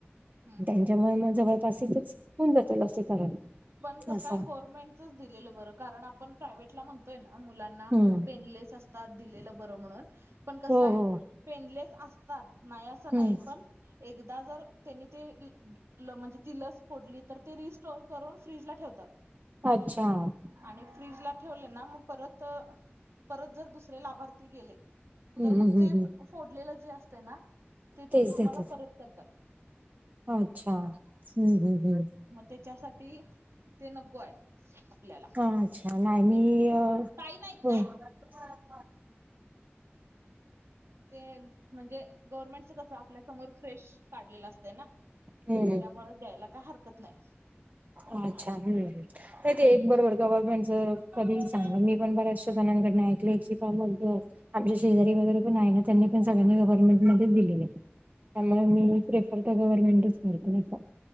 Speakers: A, on the right; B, on the right.
A: हम्म,
B: त्यांच्यामुळे
A: हम्म.
B: मग जवळपास इथच होऊन जातं लसीकरण.
A: पण कसं
B: असं
A: आहे गव्हर्नमेंटचच दिलेलं बरं, कारण आपण प्रायव्हेटला म्हणतोय ना मुलांना
B: हम्म
A: पेनलेस अस तात दिलेलं बर म्हणून, पण कसंय,
B: हो हो
A: पेनलेस असतात नाही असं
B: हम्म
A: नाही पण एकदा जर त्यांनी ते ल म्हणजे ती ल फोडली तर ते रिस्टोर करून फ्रीज ला ठेवतात.
B: अच्छा हम्म
A: आणि फ्रीज ला ठेवले ना, मग परत परत जर दुसरे लाभार्थी गेले तर
B: हम्म
A: मग
B: हम्म
A: तेच
B: हम्म
A: फोडलेलं जे असतंय ना, ते त्यांनी
B: तेच
A: तुम्हाला
B: देतात
A: परत करतात.
B: अच्छा, हम्म हम्म हम्म.
A: मग त्याच्यासाठी ते नको आहे आपल्याला.
B: अच्छा नाही मी
A: एक मिनिट
B: अ
A: आ, ताई नाहीत
B: हो
A: काय?
B: <unintelligible>
A: ते म्हणजे गव्हर्नमेंटच कसं आपल्यासमोर फ्रेश काढलेलं असतंय ना.
B: हम्म
A: त्यामुळे द्यायला काय हरकत नाही.
B: अच्छा हम्म. नाही ते एक बरोबर गव्हर्नमेंटच कधी ही चांगल, मी पण बऱ्याचशा जणांकडन ऐकलेय की <unintelligible> आमच्या शेजारी वगैरे पण आहे ना त्यांनी पण सगळ्यांनी गव्हर्नमेंट मध्येच दिलेली आहे. त्यामुळं मी ही प्रेफर तर गव्हर्नमेंटच करते, नाही का.